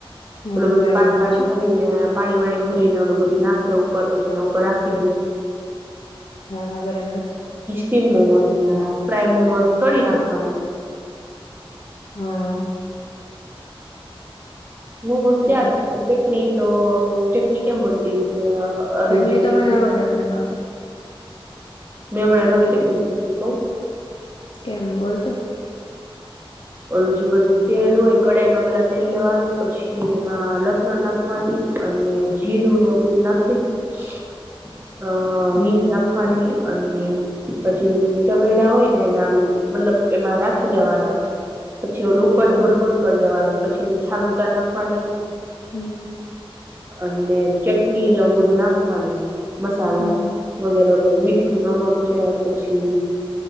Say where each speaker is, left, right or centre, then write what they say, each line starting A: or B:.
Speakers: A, on the left; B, on the right.
A: હા
B: ઓલું બધું
A: બરાબર
B: પાણી
A: પછી
B: વાણી ભરીને. પાણી વાણી ભ રીને ઓલું બધી નાખે ઉપર પછી એના ઉપર રાખી દયે.
A: હા હવે <unintelligible>
B: સ્ટીમ મોમોઝ ને આ ફ્રાઇડ મોમોઝ તળી નાખવાના.
A: હા.
B: મોમોઝ તૈયાર
A: બરાબર
B: <unintelligible> ચટની તો ચટણી કેમ બનતી? છે આલું
A: ચટણી
B: જે બધું
A: તો મને
B: તેલ
A: આવડે બનાવતા.
B: મેં હમણાં નવી ચટણી શીખી કહું?
A: કેમ બોલતો <inaudible>
B: ઓલું જે બધું તેલ હોય કઢાઈમાં પેલા તેલ લેવાનું પછી એમાં લસણ નાખવાનું અને જીરું
A: હમ
B: ને એવું બધું નાખી ને <inaudible> હ
A: હમ
B: હિ રાખવાણી અને પછી ટમેટા હોય ને એનામ મતલબ એમાં રાખી દેવાના પછી ઓલું ઉપરથી
A: હા
B: ઓલું બંધ કરી દેવાનું પછીની છાલુતર નાખવાની
A: હમ
B: અને ચટણી ને એું બધું નાખવાનું મસાલા
A: હમ
B: વગેરે વગેરે મીઠ નમક છે પછી